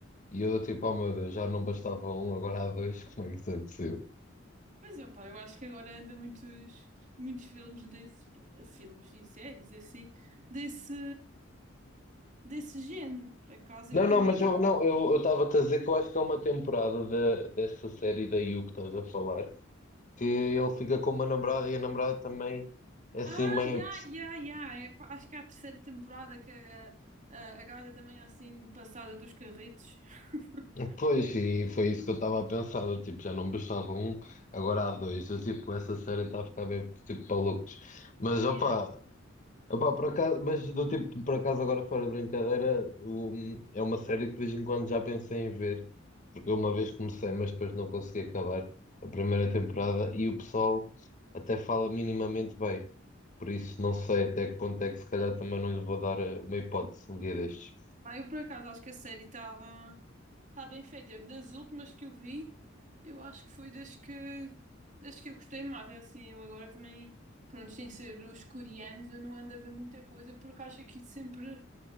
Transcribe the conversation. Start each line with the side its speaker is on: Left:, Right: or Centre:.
Left: E eu, tipo, oh meu Deus, já não bastava um, agora há dois, como é que isso é possível?
Right: Mas opá, eu acho que agora anda muitos, muitos filmes desse, filmes e séries assim, desse, desse género. Por acaso
Left: Não,
Right: eu também
Left: não, mas
Right: quero.
Left: eu não, eu eu estava-te a dizer que eu acho que é uma temporada da dessa série da You que estás a falar, que ele fica com uma namorada e a namorada também é assim
Right: Ah,
Left: meio
Right: já, já, já. É, pá, Acho que é a terceira temporada que a, a, a gaja também é assim passada dos carretos. <laughs>
Left: Pois, e foi isso que eu estava a pensar. eu, Tipo, já não bastava um, agora há dois. Eu, tipo, essa série está a ficar bem tipo, para loucos. Mas opa,
Right: E aí?
Left: opa, por acaso, mas do tipo, por acaso agora fora de brincadeira, o- é uma série que de vez em quando já pensei em ver. Porque eu uma vez comecei, mas depois não consegui acabar a primeira temporada e o pessoal até fala minimamente bem. Por isso não sei até que ponto é que se calhar também não lhe vou dar eh, uma hipótese um dia destes.
Right: Ah, eu por acaso acho que a série estava tá bem feita. Das últimas que eu vi, eu acho que foi das que das que eu gostei mais. É assim, eu agora também, pronto, sem ser os coreanos, eu não ando a ver muita coisa porque acho aquilo sempre